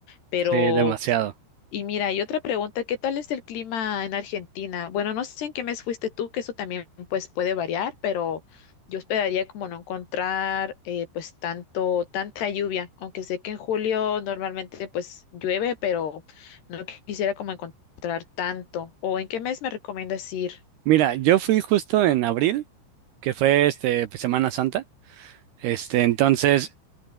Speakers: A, on the left; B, on the right.
A: Pero,
B: sí, demasiado.
A: y mira, y otra pregunta, ¿qué tal es el clima en Argentina? Bueno, no sé en qué mes fuiste tú, que eso también pues puede variar, pero yo esperaría como no encontrar eh, pues tanto, tanta lluvia, aunque sé que en julio normalmente pues llueve, pero no quisiera como encontrar tanto. ¿O en qué mes me recomiendas ir?
B: Mira, yo fui justo en abril, que fue este pues, Semana Santa. Este, entonces